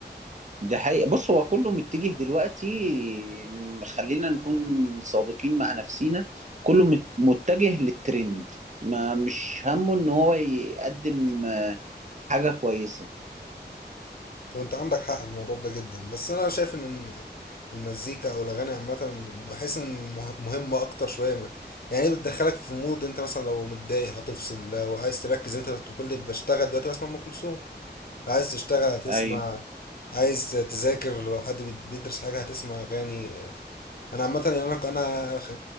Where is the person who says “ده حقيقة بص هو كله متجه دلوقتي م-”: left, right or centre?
Right